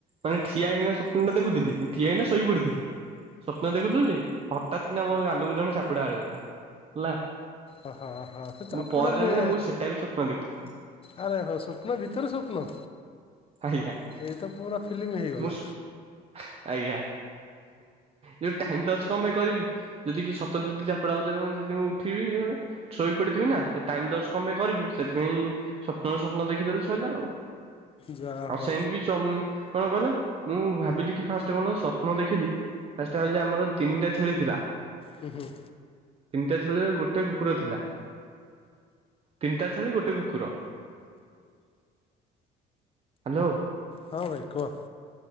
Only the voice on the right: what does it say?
ମାନେ ଠିଆ ହେଇକିନା ସପ୍ନ ଦେଖୁଥିଲି ଠିଆହେଇକିନା ଶୋଇ ପଡିଥିଲି। ସ୍ୱପ୍ନ ଦେଖୁଥିଲୁ ଯେ ହଠାତ୍ କିନା ମୋ ଗାଲକୁ ଜଣେ ଚାପୁଡା ମାରିଦେଲା, ହେଲା।
ମୁଁ ପରେ ଜାଣିଲି
ମୁଁ ସେଟା ବି ସ୍ୱପ୍ନ ଦେଖୁଥିଲି
ଆଜ୍ଞା
ମୁଁ ସୁ ଆଜ୍ଞା ଯୋଉ ଟାଇମ୍ ଲସ୍ କଣ ପାଇଁ କରିବି। ଯଦି କିଏ ସତରେ ଯଦି ଚାପଡ଼ା ବଜେଇ ଦେବ ସେ ଯଦି ମୁଁ ଉଠିବି ଇଆଡ଼େ ଶୋଇ ପଡିଥିବି ନା ଟାଇମ୍ ଲସ୍ କଣ ପାଇଁ କରିବି ସେଥିପାଇଁ ସ୍ୱପ୍ନରୁ ସ୍ୱପ୍ନ ଦେଖିଦେଲେ ଶଇଲା ଆଉ
ଆଉ
ସେମ୍ ତିବି ସ କଣ କହିଲ ମୁଁ ଭାବିଲି କି ଫାଷ୍ଟ କଣ ସ୍ଵପ୍ନ ଦେଖିଲି। ଫାର୍ଷ୍ଟ ଆମର ତିନିଟା ଛେଳି ଥିଲା।
ତିନିଟା ଛେଳିରେ ଗୋଟେ କୁକୁର ଥିଲା। ତିନିଟା ଛେଳି ଗୋଟେ କୁକୁର। ହ୍ୟାଲୋ